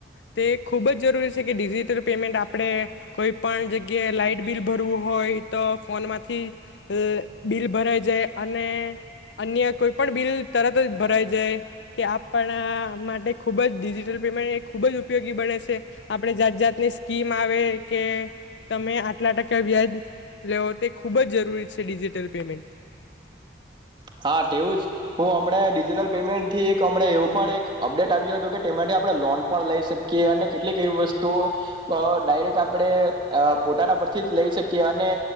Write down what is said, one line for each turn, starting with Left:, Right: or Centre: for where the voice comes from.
Left: તે ખૂબ જ જરૂરી છે કે ડિજિટલ પેમેન્ટ આપણે કોઈ પણ જગ્યાએ લાઈટ બિલ ભરવું હોય તો ફોનમાંથી અહ બિલ ભરાઈ જાય અને અન્ય કોઈ પણ બિલ તરત જ ભરાઈ જાય કે આપણા માટે ખુબ જ ડિજિટલ પેમેન્ટ એ ખૂબ જ ઉપયોગી બને છે. આપણે જાત-જાતની સ્કીમ આવે, કે તમે આટલા ટકા વ્યાજ લેવો તે ખૂબ જ જ જરૂરી છે ડિજિટલ પેમેન્ટ.
Right: હા તેવું જ હું અમણા ડિજીિટલ પેમેન્ટ થી એકમ એવું પણ એક અપડેટ આવ્યું હતું કે તેમાં આપણે લોન પણ લઈ શકીએ અને કેટલીક એવી વસ્તુઓ ડાયરેક આપણે પોતાના પરથી જ લઈ શકીએ અને